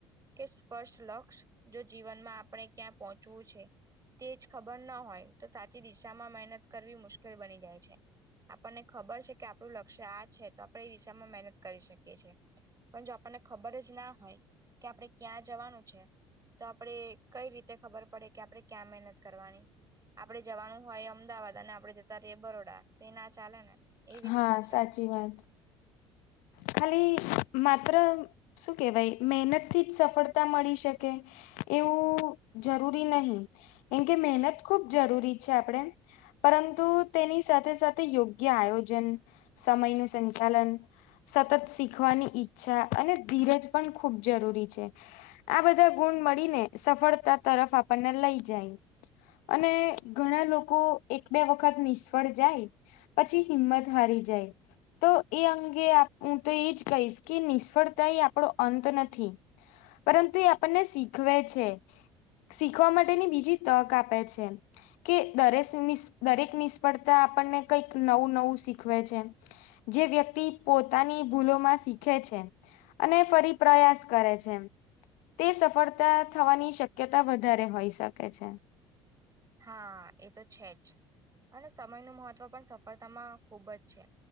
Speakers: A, on the right (about 25°); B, on the left (about 70°).
A: કે સ્પષ્ટ લક્ષ જો જીવનમાં આપણે ક્યાં પહોંચવું છે તેજ ખબર ના હોય તો સાચી દિશામાં મહેનત કરવી મુશ્કેલ બની જાય છે. આપણને ખબર છે કે આપણું લક્ષ્ય આ છે તો આપણે એ દિશામાં મહેનત કરી શકીએ છીએ. પણ જો આપણને ખબર જ ના હોય કે આપણે ક્યાં જવાનું છે. તો આપણે કઈ રીતે ખબર પડે કે આપડણે ક્યાં મહેનત કરવાની આપણે જવાનું હોય અમદાવાદ અને આપણે જતા રહીએ બરોડા તો એ ના ચાલે ને એવી
B: હા
A: રીતે છે.
B: સાચી વાત. ખાલી માત્ર શું કેહેવાય મહેનત થી જ સફળતા મળી શકે. એવું જરૂરી નહી એમ કે મહેનત ખુબ જરૂરી છે આપણેે પરંતુ તેની સાથે સાથે યોગ્ય આયોજન સમયનું સંચાલન સતત શીખવાની ઈચ્છા અને ધીરજ પણ ખૂબ જરૂરી છે. આ બધા ગુણ મળીને સફળતા તરફ આપણને લઈ જાય અને ઘણા લોકો એક બે વખત નિષ્ફળ જાય પછી હિંમત હારી જાય તો એ અંગે હું તો એજ કહીશ કે નિષ્ફળતા એ આપણો અંત નથી પરંતુ એ આપણને શીખવે છે. શીખવા માટેની બીજી તક આપે છે. કે દરેશ નિ દરેક નિષ્ફળતા આપણને કઈક નવું નવું શીખવે છે. જે વ્યક્તિ પો પોતાની ભૂલોમાં શીખે છે અને ફરી પ્રયાસ કરે છે. તે સફળતા થવાની શક્યતા વધારે હોઈ શકે છે.
A: હા એ તો છે જ અને સમયનું મહત્વ પણ સફળતામાં ખૂબ જ છે